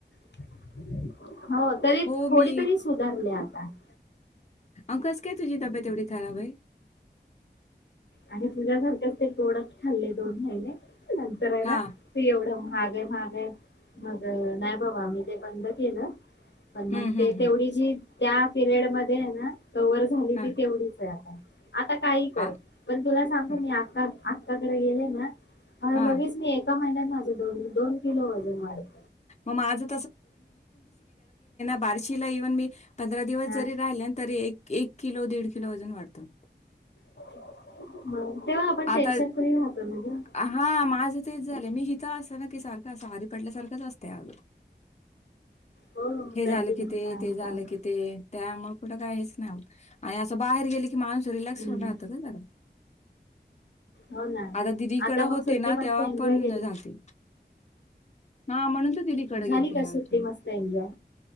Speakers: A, on the left; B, on the left.
A: <inaudible> हो तरी
B: हो
A: थोडी
B: मी
A: तरी सुधारल्या <inaudible>
B: अ कस केत. तुझी तब्येत एवढी खराबाई
A: आहे तुझ्यासारख्याच ते तोड आस्त हल्ले दोन महिने नंतर आहे
B: हां.
A: ना ते एवढं मागे, मागे मग नाही बाबा मी ते बंद केलं. पण
B: हं,
A: मग
B: हं,
A: ते तेवढी
B: हं.
A: जी. त्या पिरियड मध्ये आहे ना कवर झाली
B: हां,
A: ती तेवढीच आहे. आता काही कर.
B: हां,
A: पण तुला, सांगू
B: हां,
A: मी आता. आत्याकडे गेले ना. मग
B: हां.
A: लगेच मी एका महिन्यात. माझं दोन, दोन किलो वजन वाढत.
B: मग माझं बारशीला इव्हन मी पंधरा दिवस
A: हा
B: जरी राहिले. तरी एक एक किलो दीड किलो वजन वाढतं.
A: हम. तेव्हा आपण,
B: आता
A: टेन्शन फ्री राहतो ना गं.
B: हां, माझं तेच झाले मी इथं असते. ना की सारखं अस, आजारी पडल्यासारखंच असते आगं.
A: हो हो
B: हे
A: कंटिन्यू
B: झालं कि ते,
A: काम
B: ते झालं
A: काम
B: कि ते त्यामुळे. कुठ काय हेच नाय होत. आणि असं बाहेर गेले की, माणूस रिलॅक्स
A: हम्म
B: होऊन राहतं कणी जरा.
A: हो ना.
B: आता दिदीकडे
A: आता मग
B: होते
A: सुट्टी
B: ना,
A: मस्त
B: तेव्हा
A: एन्जॉय
B: पण
A: केली.
B: <unintelligible> हा म्हणून, तर दिदीकडे
A: झाली
B: गेलते
A: का
B: ह्या
A: सुट्टी
B: वेळेस
A: मस्त एनजॉय.